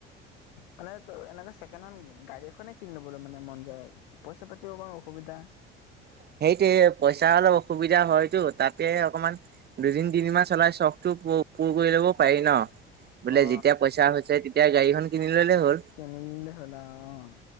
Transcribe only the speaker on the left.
মানে, ত এনেক ছেকেণ্ড হেণ্ড গাড়ী এনে কিন লবলৈ মানে মন যায় পইচা পাতিও অকমান অসুবিধা
অ
কেনিলিলে হ'ল অ',